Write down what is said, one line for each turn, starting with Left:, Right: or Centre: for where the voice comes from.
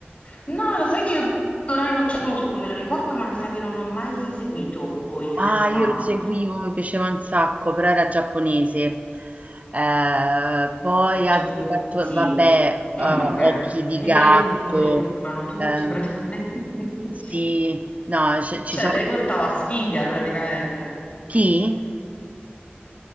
Left: No, lo sai che io Doraemon cioè, conosco, me lo ricordo, ma mi sa che non l'ho mai seguito, poi, in
Right: Ah,
Left: realtà.
Right: io lo seguivo, mi piaceva un sacco, però era giapponese. Ehm, poi
Left: Cioè,
Right: altri
Left: poi,
Right: cartoni,
Left: sì.
Right: vabbè, ehm,
Left: No, no, quelle
Right: Occhi di
Left: di
Right: gatto,
Left: Candy in cui morivano tutti,
Right: ehm,
Left: praticamente. <laughs>
Right: sì, no, ce
Left: Cioè,
Right: ci sono
Left: lei portava sfiga praticamente.
Right: Chi?